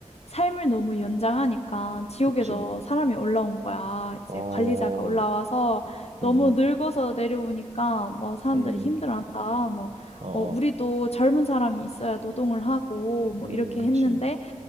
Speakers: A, on the left; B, on the right.
A: 삶을 너무 연장하니까 지옥에서
B: 그치.
A: 사람이 올라온 거야. 이제
B: 어,
A: 관리자가 올라와서 너무
B: 음, 음,
A: 늙어서 내려오니까 뭐 사람들이
B: 음.
A: 힘들어한다. 뭐,
B: 어,
A: 어, 우리도
B: 어.
A: 젊은 사람이 있어야 노동을 하고 뭐
B: 음,
A: 이렇게
B: 그치.
A: 했는데